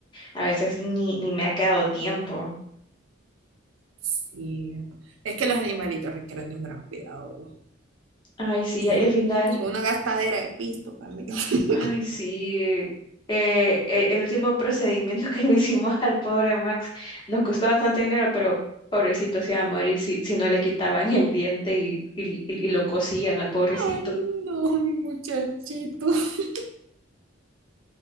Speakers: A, on the left; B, on the right.
A: A veces ni, ni me ha quedado tiempo.
B: sí, es que los animalitos requieren de un gran cuidado.
A: Ay, sí,
B: Y
A: y al
B: es, un-
A: final,
B: es una gastadera de pisto también. <laughs>
A: ay, sí. eh, e- el último procedimiento <laughs> que le hicimos al pobre Max nos costó bastante dinero, pero pobrecito se iba a morir si, si no le quitaban el diente y, y- y lo cosían al pobrecito.
B: Ay, no, mi muchachito. <laughs>